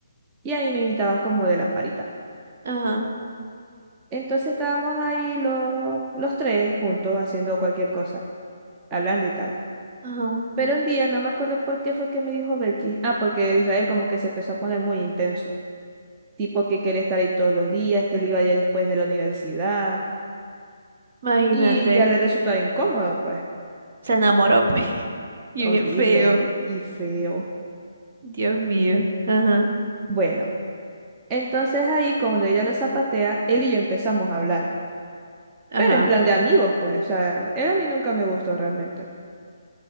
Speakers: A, on the right (about 20°); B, on the right (about 50°).
A: Y a mí me invitaban como de lamparita.
B: Ajá,
A: Entonces estábamos ahí los, los tres juntos haciendo cualquier cosa, hablando y tal.
B: ajá,
A: Pero un día, no me acuerdo por qué fue que me dijo Belkis. Ah, porque Israel como que se empezó a poner muy intenso. Tipo que quería estar ahí todos los días, que él iba ya después de la universidad.
B: imagínate.
A: Y ya le resultaba incómodo, pues.
B: Se enamoró, pues. <laughs> Y
A: Horrible
B: bien feo.
A: y feo.
B: Dios mío. Ajá,
A: Bueno, entonces ahí, cuando ella lo zapatea, él y yo empezamos a hablar.
B: ajá.
A: Pero en plan de amigos, pues. O sea, él a mí nunca me gustó realmente.